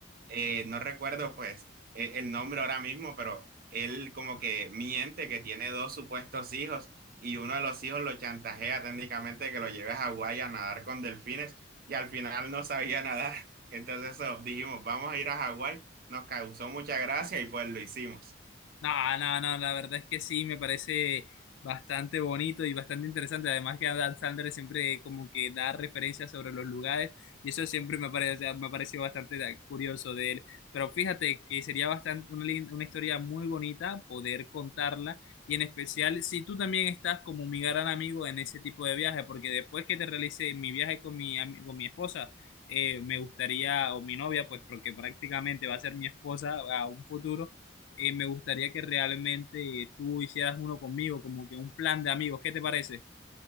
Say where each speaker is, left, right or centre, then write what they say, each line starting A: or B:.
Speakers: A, on the right (about 45°); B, on the left (about 70°).
A: eh, no recuerdo pues eh, el nombre ahora mismo, pero él como que miente que tiene dos supuestos hijos y uno de los hijos lo chantajea técnicamente que lo lleve a Hawái a nadar con delfines y al final no sabía nadar. Entonces eso, dijimos, vamos a ir a Hawái, nos causó mucha gracia y pues lo hicimos.
B: No, no, no, la verdad es que sí, me parece bastante bonito y bastante interesante. Además que Adam Sandler siempre como que da referencias sobre los lugares y eso siempre me parece, me ha parecido bastante curioso de él. Pero fíjate que sería bastante una, lin- una historia muy bonita poder contarla y en especial si tú también estás como mi gran amigo en ese tipo de viaje, porque después que te realice mi viaje con mi, ami- con mi esposa, eh, me gustaría, o mi novia, pues porque prácticamente va a ser mi esposa a un futuro eh, me gustaría que realmente tú hicieras uno conmigo, como que un plan de amigos. ¿Qué te parece?